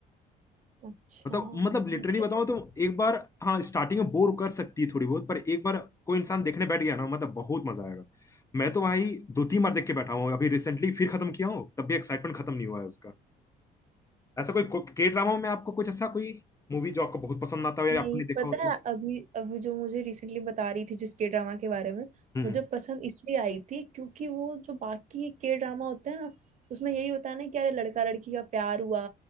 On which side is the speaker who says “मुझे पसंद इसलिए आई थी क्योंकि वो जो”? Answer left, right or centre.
Right